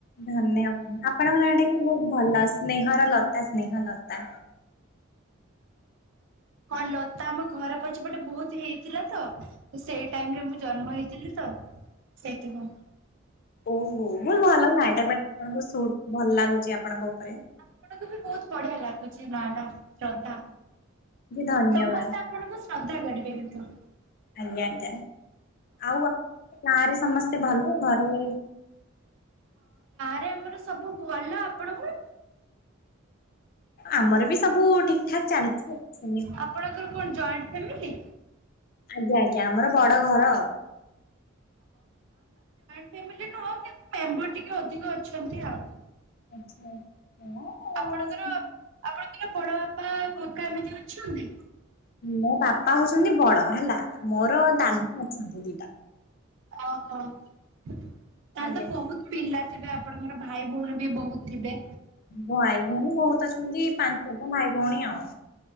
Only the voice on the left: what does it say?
ଧନ୍ୟବାଦ ଆପଣଙ୍କ ନାଁ ଟା ବି ବହୁତ ଭଲ ସ୍ନେହର ଲତା ସ୍ନେହ ଲତା।
ଓହୋ ବ ଭଲ ନାଁ ବଟ ଆପଣଙ୍କୁ ଭଲ ଲାଗୁଛି ଆପଣଙ୍କ ଉପରେ।
ଧନ୍ୟବାଦ।
ଆଜ୍ଞା ଆଜ୍ଞା। ଆଉ <unintelligible> ଗାଁରେ ସମସ୍ତେ ଭଲ ଘରେ।
ଆମର ବି ସବୁ। ଠିକ ଠାକ ଚାଲିଛି।
ଆଜ୍ଞା ଆଜ୍ଞା। ଆଜ୍ଞା ଆମର ବଡ ଘର ଆଉ।
ଆଚ୍ଛା। ଆଚ୍ଛା।
ମୋ ବାପା ହଉଛନ୍ତି ବଡ ହେଲା। ମୋର ଦାଦା ଅଛନ୍ତି ଦି ଟା।
ଆଜ୍ଞା
ଭାଇ ଭଉଣୀ ବହୁତ ଅଛନ୍ତି। ପାଞ୍ଚ ଛଅଟା ଭାଇ ଭଉଣୀ ଆଉ।